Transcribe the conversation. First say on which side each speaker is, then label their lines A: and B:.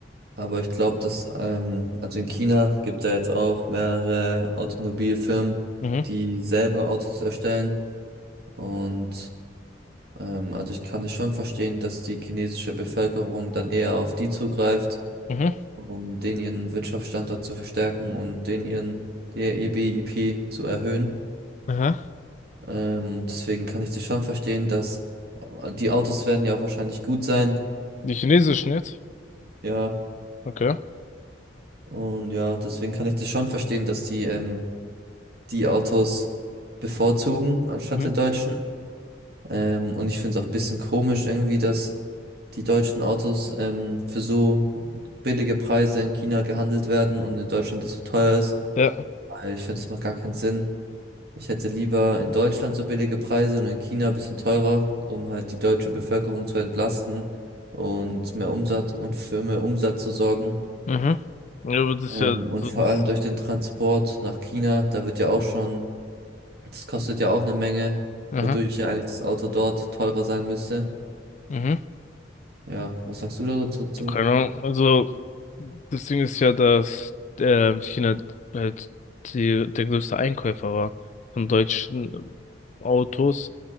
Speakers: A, on the right; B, on the left.
A: Aber ich glaube, dass, ähm, also in China gibt da jetzt auch mehrere Automobilfirmen,
B: Mhm,
A: die selber Autos erstellen und Ähm, also ich kann es schon verstehen, dass die chinesische Bevölkerung dann eher auf die zugreift,
B: mhm,
A: um den ihren Wirtschaftsstandort zu verstärken und den ihren der BIP zu erhöhen.
B: aha.
A: Ähm, deswegen kann ich das schon verstehen, dass äh, die Autos werden ja auch wahrscheinlich gut sein.
B: Die chinesischen jetzt?
A: Ja,
B: Okay.
A: und ja, deswegen kann ich das schon verstehen, dass die ähm, die Autos bevorzugen anstatt
B: Mhm.
A: der Deutschen. Ähm, und ich finde es auch ein bisschen komisch irgendwie, dass die deutschen Autos ähm, für so billige Preise in China gehandelt werden und in Deutschland das so teuer ist.
B: Ja.
A: Weil ich finde, das macht gar keinen Sinn. Ich hätte lieber in Deutschland so billige Preise und in China ein bisschen teurer, um halt die deutsche Bevölkerung zu entlasten und mehr Umsatz und für mehr Umsatz zu sorgen.
B: Mhm. Ja, aber das
A: Ähm,
B: ist ja
A: und
B: so
A: vor
B: das.
A: allem durch den Transport nach China, da wird ja auch schon, das kostet ja auch eine Menge,
B: Aha.
A: wodurch ja eigentlich das Auto dort teurer sein müsste.
B: Mhm.
A: Ja, was sagst du da so dazu?
B: Keine Ahnung, also das Ding ist ja, dass ähm, China halt die, der größte Einkäufer war von deutschen Autos.